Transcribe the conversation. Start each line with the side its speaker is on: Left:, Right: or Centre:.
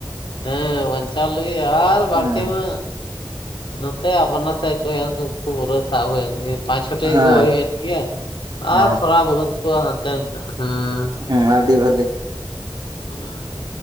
Left: ᱦᱮᱸ ᱵᱟᱧᱪᱟᱣ ᱞᱟᱹᱜᱤᱫ ᱟᱨ ᱵᱟᱨᱯᱮ
Right: ᱦᱮᱸ
Left: ᱢᱟ ᱱᱚᱛᱮ ᱟᱯᱱᱟ ᱥᱟᱭ ᱠᱚ ᱠᱷ ᱠᱷᱩᱵ ᱯᱩᱨᱟᱹ ᱥᱟᱵ ᱦᱩᱭ ᱮᱱᱜᱮ ᱯᱟᱸᱪ ᱪᱷᱚᱴᱤ
Right: ᱦᱮᱸ
Left: ᱜᱚᱡ ᱦᱩᱭᱮᱱ ᱜᱮᱭᱟ ᱟᱨ
Right: ᱚ
Left: ᱛᱷᱚᱲᱟ ᱵᱚᱦᱩᱛ ᱠᱚ ᱦᱟᱱᱛᱮ ᱱᱟᱛᱮ ᱦᱮᱸ
Right: ᱦᱩᱸ ᱟᱹᱰᱤ ᱵᱷᱟᱞᱤ
Left: ᱦᱩᱸ